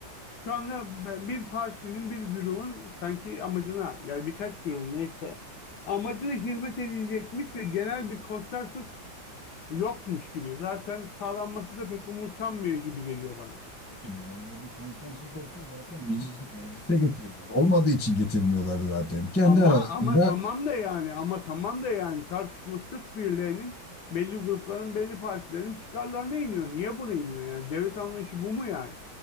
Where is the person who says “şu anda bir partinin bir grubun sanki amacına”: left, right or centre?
Left